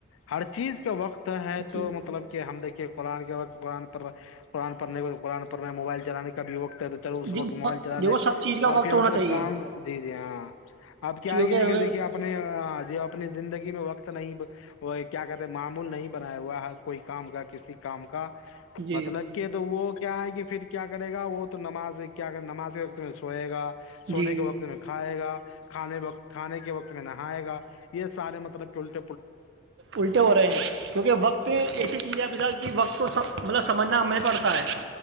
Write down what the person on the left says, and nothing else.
ہر چیز کا وقت ہے تو
مطلب کہ ہم دیک قرآن کے بعد قآن قرآ پر نہیں کو تو قرآن پر میں موبائلان کا بھییقت تا اس
وقت موبائل چلا
لے
اور
پھر
مطلب
کام جی جی ہاں آپ کیا
آئے گی دیکھیے
دیکھیے آپ ہ جو اپنی زندگی میں وقت نہیں کیا کہتے معمول نہیں بنایا ہوا ہ کوئی کام کا کسی کام کا
مطلب کہ تو وہ کیا ہے کہ پھر کیا کرے گا وہ تو نماز کیا کر نماز کے وقت میں سوئے گا سونے
کے وقت میں کھائے گا کھے وت کھانے کے وقت نہاائےا یہ سارے مطلب کہ الٹ
جی